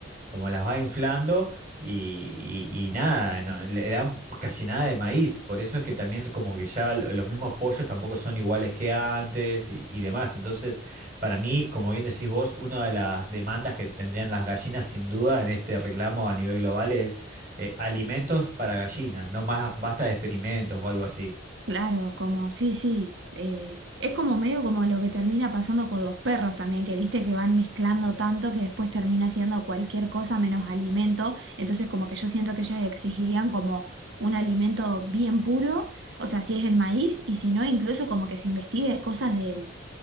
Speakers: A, on the right; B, on the right.
A: como las va inflando y, y- y nada, no, le le dan casi nada de maíz, por eso es que también como que ya lo- los mismos pollos tampoco son iguales que antes y, y demás. Entonces, para mí, como bien decís vos, una de las demandas que tendrían las gallinas sin duda en este reclamo a nivel global es eh, alimentos para gallinas, no más basta de experimentos o algo así.
B: Claro, como, sí, sí, eh, es como medio como lo que termina pasando con los perros también, que viste que van mezclando tanto que después termina siendo cualquier cosa menos alimento, entonces como que yo siento que ellas exigirían como un alimento bien puro, o sea, si es el maíz, y si no, incluso como que se investigue cosas de